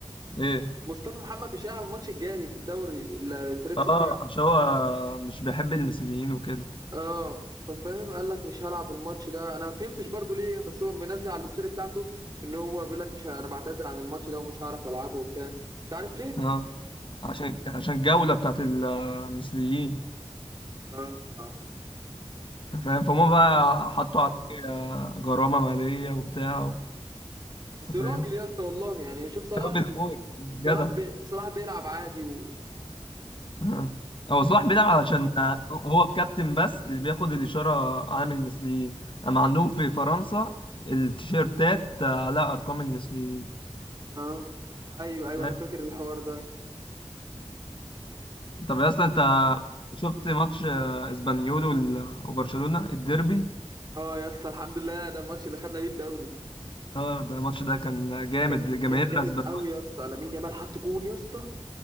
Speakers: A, on the left (about 50°); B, on the right (about 35°).
A: ايه
B: مصطفى محمد مش هيلعب الماتش الجاي في الدوري ال- الفرنسي
A: اه
B: بتاعه
A: عشان هو مش بيحب المثليين وكده
B: اه ففاهم قال لك مش هلعب الماتش ده انا ما فهمتش برضه ليه بس هو منزل على الستوري بتاعته ان هو بيقول لك مش ه- انا بعتذر عن الماتش ده ومش هعرف العبه وبتاع انت عارف ليه؟
A: اه عشان عشان الجولة بتاعت المثليين
B: اه
A: انت فاهم فهم بقى حطوا عليه آه، غرامة مالية وبتاع
B: بس
A: انت
B: راجل
A: فاهم
B: يا اسطى والله يعني شوف صلاح
A: راجل موت جدع
B: صلاح بي صلاح بيلعب عادي و...
A: اه هو صلاح بيلعب علشان آه، هو الكابتن بس اللي بياخد الإشارة عامل المثليين اما عندهم في فرنسا التيشيرتات آه، عليها أرقام المثليين
B: آه. ايوه ايوه
A: آه،
B: انا فاكر الحوار ده
A: طب يا اسطى انت شفت ماتش آه، اسبانيول وال- وبرشلونة الديربي
B: اه يا اسطى الحمد لله ده الماتش اللي خدنا بيه الدوري
A: اه ده الماتش ده كان جامد
B: كان
A: جماهيرنا
B: كان جامد
A: اسبانيول
B: قوي يا اسطى لامين يامال حط جون يا اسطى